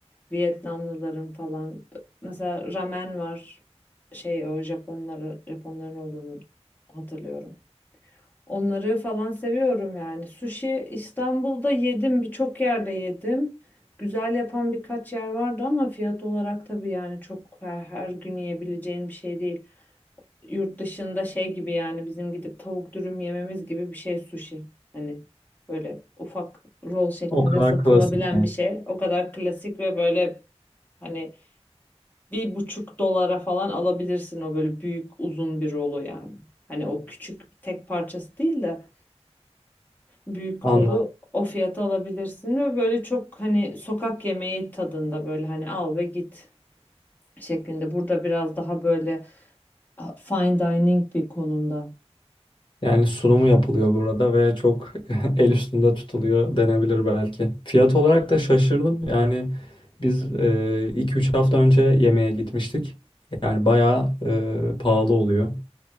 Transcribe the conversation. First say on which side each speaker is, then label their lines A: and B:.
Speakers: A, on the left; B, on the left.
A: Vietnamlıların falan. Mesela ramen var. Şey o Japonları, Japonların olduğunu hatırlıyorum. Onları falan seviyorum yani. Sushi İstanbul'da yedim, birçok yerde yedim. Güzel yapan birkaç yer vardı ama fiyat olarak tabii yani çok her, her gün yiyebileceğin bir şey değil. Yurt dışında şey gibi yani bizim gidip tavuk dürüm yememiz gibi bir şey sushi. Hani böyle ufak roll şeklinde
B: O kadar
A: satılabilen
B: klasik yani.
A: bir şey. O kadar klasik ve böyle hani bir buçuk dolara falan alabilirsin o böyle büyük uzun bir rolu yani. Hani o küçük tek parçası değil de büyük
B: Anladım.
A: rolü o fiyata alabilirsin ve böyle çok hani sokak yemeği tadında böyle hani al ve git şeklinde. Burada biraz daha böyle a, fine dining bir konumda.
B: Yani sunumu yapılıyor burada ve çok <laughs> el üstünde tutuluyor denebilir belki. Fiyat olarak da şaşırdım. Yani biz iki üç hafta önce yemeğe gitmiştik. Yani bayağı e, pahalı oluyor.